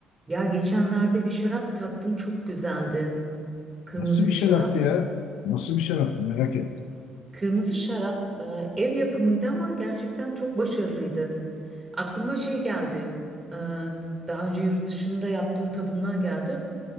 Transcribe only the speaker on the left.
Nasıl bir
şaraptı
ya? Nasıl bir şaraptı merak ettim.